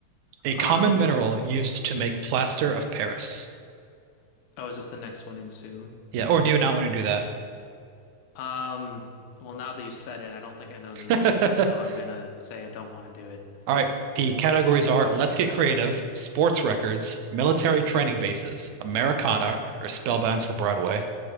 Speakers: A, on the right; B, on the left.
A: A
B: Um,
A: common mineral used to make plaster of Paris.
B: oh, is this the next one in sum?
A: Yeah, or do you not want to do that?
B: Um, well, now that you said it, I don't think I know
A: <laughs>
B: the answer, so I'm gonna say I don't want to do it.
A: All right. The categories are Let's Get Creative, Sports Records, Military Training Bases, Americana, or Spellbound for Broadway.